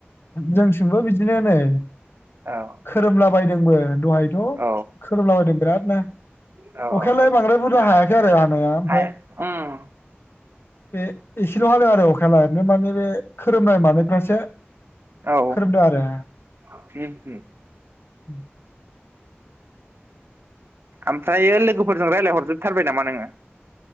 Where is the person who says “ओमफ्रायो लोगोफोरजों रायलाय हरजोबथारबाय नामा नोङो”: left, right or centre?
Right